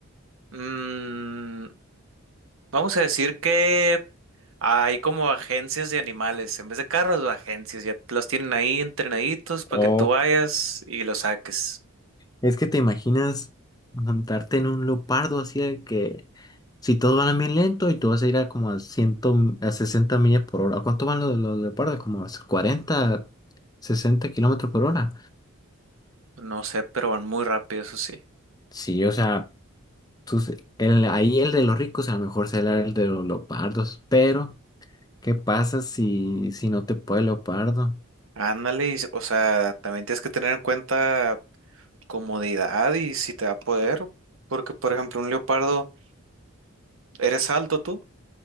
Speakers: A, on the right; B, on the left.
A: Mm, vamos a decir que hay como agencias de animales, en vez de carros, agencias, ya los tienen ahí entrenaditos para
B: O
A: que tú vayas y los saques.
B: es que te imaginas montarte en un leopardo así de que si todos van a bien lento y tú vas a ir a como a 100, a 60 millas por hora. ¿A cuánto van los, los leopardos? Como a 40, 60 kilómetros por hora.
A: No sé, pero van muy rápido, eso sí.
B: Sí, o sea. Entonces, el, ahí el de los ricos a lo mejor será el de los leopardos, pero ¿qué pasa si, si no te puede el leopardo?
A: Ándale, y s- o sea, también tienes que tener en cuenta comodidad y si te da poder, porque por ejemplo un leopardo, eres alto tú,